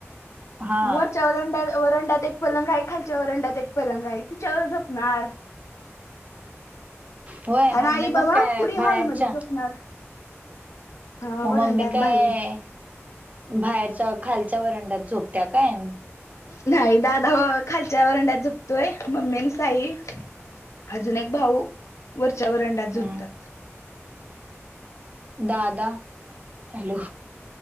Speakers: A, on the right (about 30°); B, on the left (about 80°).
A: हा
B: वरच्या वरंडात वरंडात एक पलंग आहे खालच्या वरंडात एक पलंग आहे तिच्यावर झोपणार.
A: होय
B: आणि
A: मम्मी
B: आई
A: मग
B: बाबा
A: काय
B: पुढे
A: बाहेरच्या
B: हॉलमध्ये झोपणार. हा वरंड्यात
A: मम्मी काय
B: बाहेर
A: बाहेरच्या खालच्या खालच्या वरंड्यात झोपत्या काय?
B: नाही दादा खालच्या वरंड्यात झोपतोय मम्मी आणि साई अजून एक भाऊ वरच्या वरंड्यात झोपतात.
A: हम्म दादा हॅलो